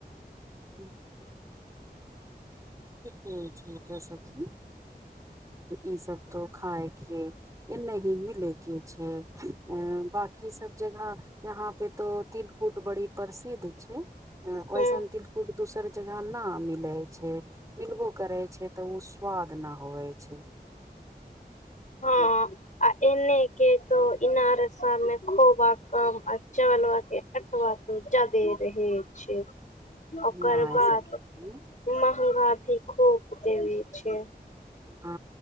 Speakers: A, on the right; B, on the left.
A: हूँ ठीक नहि छै एतय सखी ई सब तो खायके नहि भी लैके छै क सब जगह यहााँ पे तो तिलकुट बड़ी प्रसिद्ध छै
B: हँ
A: ऐसन तिलक फ दोसर जगह न मिलै छय मिलबो करे छै त उ स्वाद न होए छै
B: हँ आ एने के त इनरसामे खुब क चल एत ब त जदे रहय छै ओकर
A: नहि
B: बाद
A: सखी
B: महगा भी खूब देबै छ
A: ह